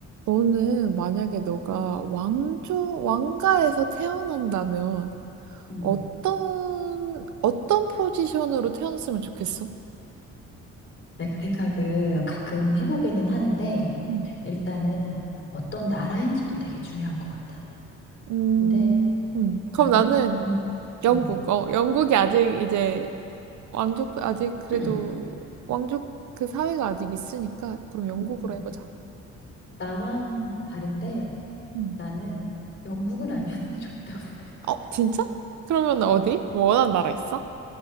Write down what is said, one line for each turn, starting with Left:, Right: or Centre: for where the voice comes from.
Right: 너는 만약에 너가
Left: 음,
Right: 왕조, 왕가에서 태어난다면
Left: 음.
Right: 어떤, 어떤 포지션으로 태어났으면 좋겠어?
Left: 네, 그 생각을 가끔 해보기는 하는데,
Right: 음.
Left: 일단은 어떤 나라인지도 되게 중요한 것 같아.
Right: 음,
Left: 근데
Right: 음. 그럼
Left: 나는
Right: 나는
Left: 영,
Right: 영국,
Left: 음,
Right: 어, 영국이 아직 이제 왕족, 아직 그래도
Left: <clears throat>
Right: 왕족 그 사회가 아직 있으니까 그럼 영국으로
Left: 음,
Right: 해보자.
Left: 나랑 다른데
Right: 음.
Left: 나는 영국은 아니었으면 <laughs> 좋겠다고 생각했거든.
Right: 어, 진짜? 그러면 어디? 뭐 원하는 나라 있어?